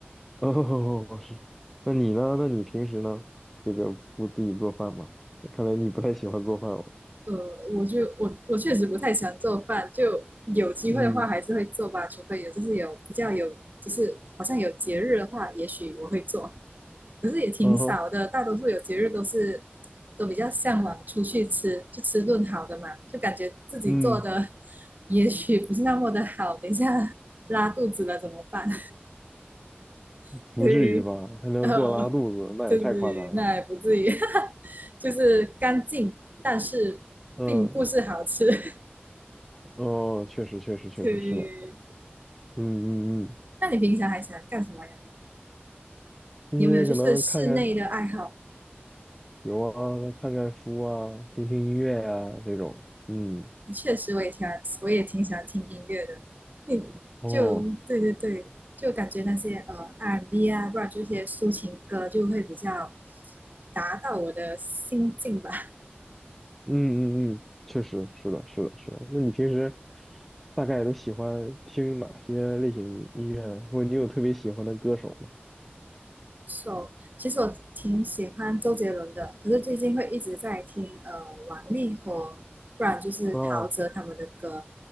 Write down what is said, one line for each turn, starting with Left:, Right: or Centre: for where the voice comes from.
Centre: 哦，<laughs> 是，那你呢？那你平时呢？这个不自己做饭吗？看来你不太喜欢做饭哦，
Right: 呃，我就我我确实不太喜欢做饭，就有机会的话还是会做吧，
Centre: 嗯，
Right: 除非有就是有比较有就是好像有节日的话，也许我会做，可是也挺少的，
Centre: 嗯哼，
Right: 大多数有节日都是都比较向往出去吃，就吃顿好的嘛，就感觉自己做的
Centre: 嗯，
Right: <laughs> 也许不是那么的好，等一下 <laughs> 拉肚子了怎么办？<laughs>
Centre: 不至于吧？
Right: 对，以
Centre: 还能做拉肚子，
Right: 呃，
Centre: 那也太夸张了，
Right: 就是那也不至于，<laughs> 就是干净，但是并不是好吃。
Centre: 嗯。哦，确实，确实，确实是的。
Right: 对。
Centre: 嗯嗯嗯，
Right: 那你平常还喜欢干什么呀？
Centre: 一些可能看看
Right: 你有没有就是室内的爱好？
Centre: 有啊，看看书啊，听听音乐呀、这种。嗯，
Right: 确实，我也挺喜欢，我也挺喜欢听音乐的。你就对对对，
Centre: 哦，
Right: 就感觉那些呃 R&B 啊，不然就一些抒情歌，就会比较达到我的心境吧。
Centre: 嗯嗯嗯，确实是的，是的，是的。那你平时大概都喜欢听哪些类型音音乐呢或者你有特别喜欢的歌手吗？
Right: So，其实我挺喜欢周杰伦的，可是最近会一直在听呃王力宏，不然就是陶喆他们的歌，
Centre: 哦